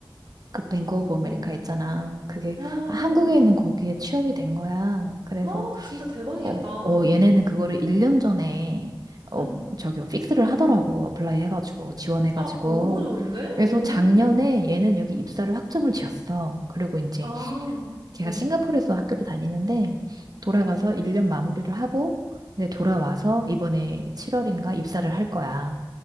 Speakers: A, on the right; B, on the right.
A: 그 뱅크오브 아메리카
B: 음,
A: 있잖아. 그게
B: 어,
A: 한국에 있는 거기에 취업이 된 거야. 그래서,
B: 아, 진짜 대박이겠다.
A: 어, 어, 얘네는
B: 응
A: 그거를 1년 전에, 어,
B: 응.
A: 저기, 뭐 픽스를 하더라고. 어플라이 해가지고, 지원해가지고.
B: 아, 너무 좋은데?
A: 그래서
B: 오,
A: 작년에 얘는 여기 입사를 확정을 지었어. 그리고 이제
B: 아,
A: 걔가
B: 응
A: 싱가포르에서 학교를 다니는데 돌아가서
B: 응 응
A: 1년 마무리를 하고 이제 돌아와서 이번에 7월인가 입사를 할 거야.